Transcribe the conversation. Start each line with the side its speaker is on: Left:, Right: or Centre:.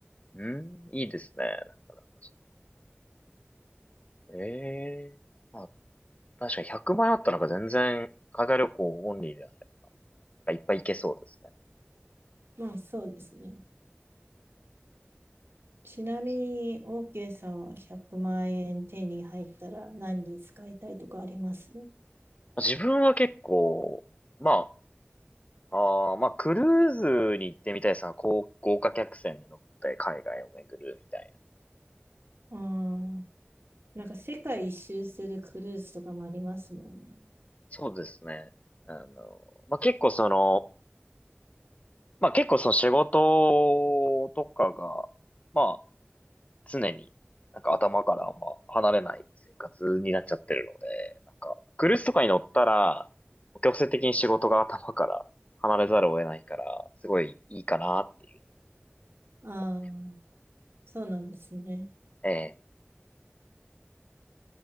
Left: うん、いいですね。なかなかそれええまあ、確かに100万円あったらなんか全然、海外旅行オンリーでなんかいっぱい行けそうですね。
Right: まあそうですね。ちなみに OK さんは100万円手に入ったら何に使いたいとかあります
Left: 自分は結構、まあ、あーまあ、クルーズに行ってみたいですね。こう豪華客船に乗って海外を巡るみたいな。
Right: あーなんか世界一周するクルーズとかもありますもんね。
Left: そうですね。あの、まあ、結構その、まあ、結構その仕事とかが、まあ、常に、なんか頭からあんま離れない生活になっちゃってるので、なんか、クルーズとかに乗ったら、強制的に仕事が頭から離れざるを得ないから、すごいいいかなっていう
Right: あ
Left: のも。
Right: あ、そうなんですね。
Left: ええ、